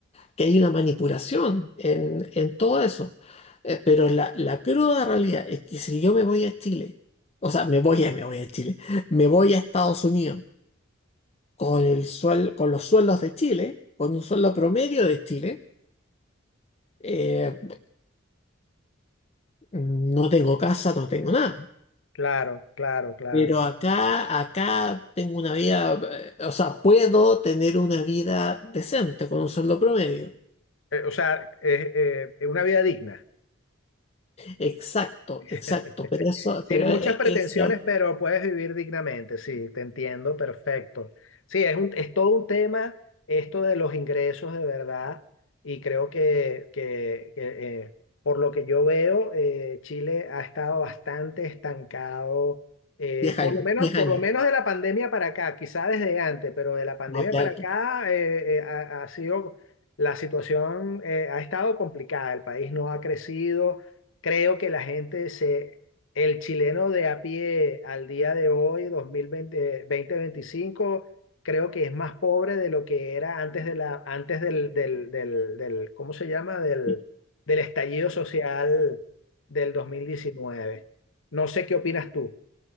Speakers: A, on the left (about 30°); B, on the left (about 70°).
A: que hay una manipulación en, en todo eso. Eh, pero la, la cruda realidad es que si yo me voy a Chile, o sea, me voy a, me voy a Chile, me voy a Estados Unidos con el suel- con los sueldos de Chile, con un sueldo promedio de Chile, eh, no tengo casa, no tengo nada.
B: claro, claro, claro.
A: Pero acá, acá tengo una vida, eh, o sea, puedo tener una vida decente con un sueldo promedio.
B: Eh, o sea, es una vida digna.
A: Exacto,
B: <laughs>
A: exacto, pero eso,
B: Sin
A: pero
B: muchas
A: eh,
B: pretensiones,
A: eso
B: pero puedes vivir dignamente, sí, te entiendo, perfecto. Sí, es un, es todo un tema esto de los ingresos de verdad y creo que, que- que, eh, por lo que yo veo, eh, Chile ha estado bastante estancado, eh,
A: diez
B: por
A: años,
B: lo menos,
A: 10
B: por
A: años.
B: lo menos de la pandemia para acá, quizá desde antes, pero de la pandemia
A: No tanto.
B: para acá eh, eh, ha, ha sido, la situación eh, ha estado complicada, el país no ha crecido creo que la gente se, el chileno de a pie al día de hoy, 2020, veinticinco creo que es más pobre de lo que era antes de la, antes del, del, del, del- ¿cómo se llama? Del,
A: Eh,
B: del estallido social del dos mil diecinueve No sé qué opinas tú.